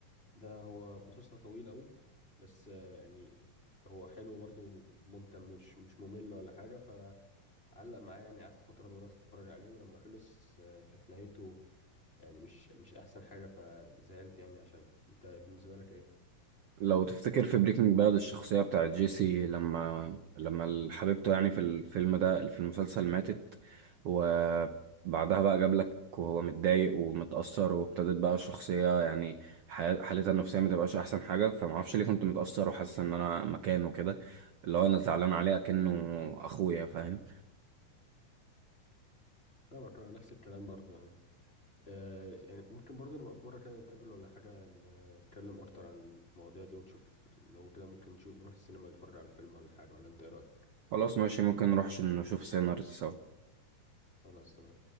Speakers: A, on the left; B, on the right.
A: ده هو مسلسل طويل قوي بس آه، يعني هو حلو برضه ممتع مش مش ممل ولا حاجة فعلق معايا يعني قعدت فترة طويلة اتفرج عليه ولما خلص آه، كانت نهايته يعني مش مش احسن حاجة فزعلت يعني عشان انت بالنسبة لك ايه؟
B: لو تفتكر في بريكنج باد الشخصية بتاعت جيسي لما لما حبيبته يعني في الفيلم ده في المسلسل ماتت وبعدها بقى جاب لك وهو متضايق ومتأثر وابتدت بقى الشخصية يعني حياة- حالتها النفسية ما تبقاش أحسن حاجة فمعرفش ليه كنت متأثر وحاسس إن أنا مكانه كده اللي هو أنا زعلان عليه أكنه أخويا فاهم
A: فاهمك انا نفس الكلام برضه يعني آه يعني ممكن برضه نبقى في مرة كده نتقابل ولا حاجة ن- نتكلم أكتر عن المواضيع دي ونشوف لو كده ممكن نشوف نروح السينما نتفرج على فيلم ولا حاجة ولا أنت إيه رأيك؟
B: خلاص ماشي ممكن نروح نشوف سينارز سوا
A: خلاص تمام